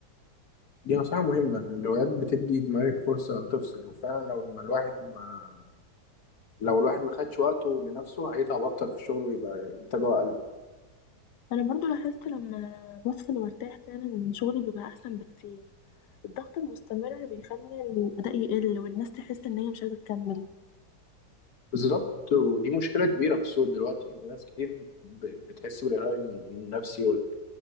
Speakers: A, on the left (about 65°); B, on the left (about 85°).
A: دي نصيحة مهمة الهوايات بتدي دماغك فرصة تفصل وفعلا لو ما الواحد ما لو الواحد ما خدش وقته لنفسه هيتعب أكتر في الشغل ويبقى إنتاجه أقل
B: انا برضه لاحظت لما بفصل وارتاح فعلا إن شغلي بيبقى احسن بكتير الضغط المستمر بيخلي الاداء يقل والناس تحس ان هي مش عايزه تكمل
A: بالظبط ودي مشكلة كبيرة في السوق دلوقتي ناس كتير ب- بتحس بالإرهاق النفسي وال-